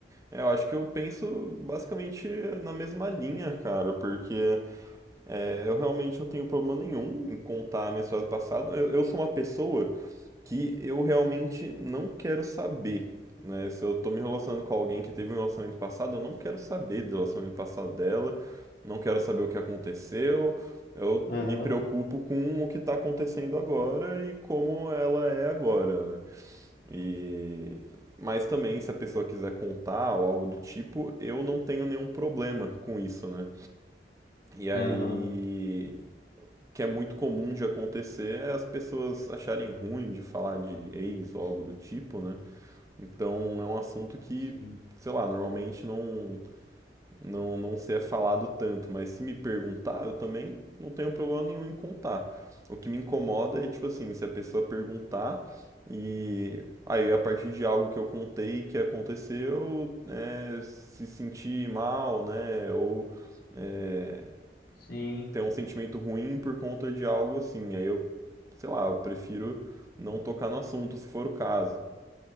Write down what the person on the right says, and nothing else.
É, eu acho que eu penso basicamente na mesma linha, cara, porque é, eu realmente não tenho problema nenhum em contar minhas história do passado. Eu, eu sou uma pessoa que eu realmente não quero saber, né? Se eu tô me relacionando com alguém que teve um relacionamento passado, eu não quero saber do relacionamento passado dela, não quero saber o que aconteceu. Eu
me preocupo com o que tá acontecendo agora e como ela é agora, né? E mas também se a pessoa quiser contar ou algo do tipo, eu não tenho nenhum problema com isso, né? E aí
que é muito comum de acontecer é as pessoas acharem ruim de falar de ex ou algo do tipo, né? Então é um assunto que,
sei lá, normalmente não não, não ser falado tanto, mas se me perguntar, eu também não tenho problema nenhum em contar. O que me incomoda é, tipo assim, se a pessoa perguntar e aí a partir de algo que eu contei que aconteceu, né, se sentir mal, né, ou é,
ter um sentimento ruim por conta de algo assim. Aí eu, sei lá, eu prefiro não tocar no assunto se for o caso.